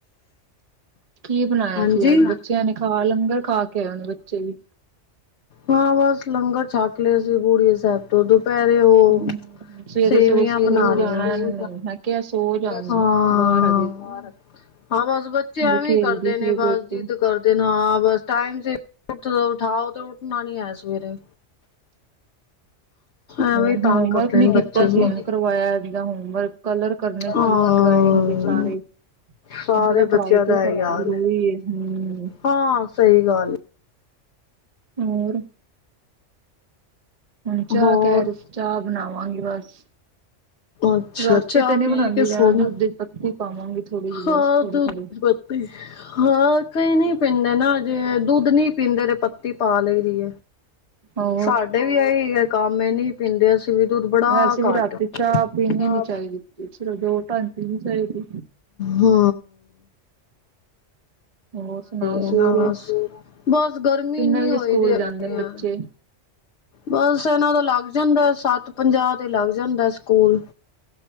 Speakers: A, on the right; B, on the left.
A: ਕੀ ਬਣਾਇਆ
B: ਹਾਂਜੀ
A: ਸੀ ਅੱਜ ਬੱਚਿਆਂ ਨੇ ਖਾ ਲੰਗਰ ਖਾ ਕੇ ਆਏ ਹਨ ਬੱਚੇ ਵੀ
B: ਹਾਂ ਬਸ ਲੰਗਰ ਛਕ ਲਿਆ ਸੀ ਬੂੜੀਏ ਸਾਹਿਬ ਤੋਂ ਉ ਪੈਰੇ ਉਹ
A: ਹੂੰ ਸਵੇਰੇ
B: ਸੇਵੀਆਂ
A: ਸਗੋਂ ਸਕੂਲ
B: ਬਣਾ ਲਈਆਂ
A: ਜਾਣਾ
B: ਸੀ
A: ਇਹਨਾਂ ਨੇ ਮੈਂ ਕਿਹਾ ਸੋ ਜਾ ਹੁਣ
B: ਹਾਂ
A: ਬਾਹਰ ਹਜੇ
B: ਹਾਂ ਬਸ ਬੱਚੇ ਐਵੇਂ
A: ਹਜੇ ਖੇਲਦੀ
B: ਕਰਦੇ
A: ਪਈ
B: ਨੇ
A: ਏ
B: ਬਸ
A: ਬੇਟੀ
B: ਜਿੱਦ
A: ਹੂੰ।
B: ਕਰਦੇ ਨ ਹਾਂ ਬਸ ਟਾਈਮ ਸਿਰ ਉਠਾਓ ਤੇ ਉਠਣਾ ਨੀ ਆਇਆ ਸਵੇਰੇ ਐਵੇਂ
A: ਹ
B: ਤੰਗ
A: ਹੋਮਵਰਕ
B: ਕਰਦੇ
A: ਨਿ
B: ਨੇ
A: ਕੀਤਾ
B: ਬੱਚੇ ਨੂੰ
A: ਸੀ ਉਹਨੂੰ ਕਰਵਾਇਆ ਜਾਂ ਹੋਮਵਰਕ ਕਲਰ ਕਰਨੇ ਸੀ
B: ਹਾਂ
A: ਡਰਾਇੰਗ ਦੇ ਸਾਰੇ ਤੁਹਾਨੂੰ
B: ਸਾਰੇ
A: ਪਤਾ ਪੜ੍ਹਾਈ
B: ਬੱਚਿਆਂ
A: ਤੇ
B: ਦਾ
A: ਸਭ
B: ਇਹੀ ਹਾਲ
A: ਜ਼ਰੂਰੀ ਹੈ ਹਮ
B: ਹਾਂ ਸਹੀ ਗੱਲ
A: ਹੋਰ ਹੁਣ ਚਾਹ
B: ਹੋਰ
A: ਕਹਿ ਰਹੇ ਸੀ ਚਾਹ ਬਣਾਵਾਂਗੀ ਬਸ
B: ਅੱਛਾ
A: ਰਾਤੀ
B: ਚਾਹ
A: ਤਾਂ ਨਹੀਂੀ
B: ਪੀ
A: ਬਣਾਉਂਦੀ
B: ਕੇ ਸੋਣ
A: ਰਣਾ ਦੁੱਧ ਦੀ ਪਤੀ ਪਾਵਾਂਗੀ ਥੋੜ੍ਹੀ ਜਿਹੀ ਬਸ
B: ਹਾਂ
A: ਥੋੜੀ
B: ਦੁੱਧ
A: ਥੋੜ੍ਹੀ
B: ਹਾਂ ਕਈ ਨਈ ਪੀਂਦੇ ਨਾ ਜੇ ਦੁੱਧ ਨਹੀਂ ਪੀਂਦੇ ਤੇ ਪੱਤੀ ਪਾ ਲਈ ਦੀ
A: ਹੋਰ
B: ਸਾਡੇ ਵੀ ਆਹੀ ਕੰਮ ਇਹ ਨਹੀਂ ਪੀਂਦੇ ਦੁੱਧ ਬੜਾ
A: ਵੈਸੇ ਵੀ
B: ਘੱਟ
A: ਰਾਤੀ ਚਾਹ
B: ਚਅ
A: ਪੀਣੀ ਨੀ ਚਾਹੀਦੀ, ਸਿਰਫ ਦੋ ਟਾਈਮ ਪੀਣੀ ਚਾਹੀਦੀ।
B: ਹਾ
A: ਹੋਰ ਸੁਣਾਓ
B: ਹੈ
A: ਸਵੇਰੇ
B: ਨਾ ਬਸ
A: ਕਿੰਨੇ
B: ਬਸ ਗਰਮੀ ਇੰਨੀ
A: ਵਜੇ
B: ਹੋਈ
A: ਸਕੂਲ
B: ਦੀ ਹੈਗੀ
A: ਜਾਂਦੇ ਨੇ ਬੱਚੇ
B: ਆ ਬਸ ਇਹਨਾਂ ਦਾ ਲੱਗ ਜਾਂਦਾ ਸੱਤ ਪੰਜਾਹ ਤੇ ਲੱਗ ਜਾਂਦਾ ਸਕੂਲ